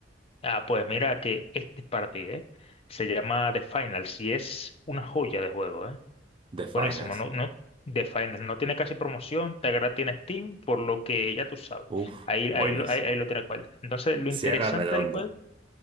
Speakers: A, on the left; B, on the right.
A: Ah, pues mira que este partido ¿eh? Se llama The Finals y es una joya de juego, ¿eh?
B: The Finance.
A: Buenísimo, ¿no? ¿no? The Finest no tiene casi promoción, Tagra tiene Steam, por lo que ya tú sabes.
B: Uf,
A: Ahí,
B: buenísimo.
A: ahí, lo- ahí, ahí lo tiene cual. Entonces, lo
B: Cierra
A: interesante
B: redondo.
A: del juego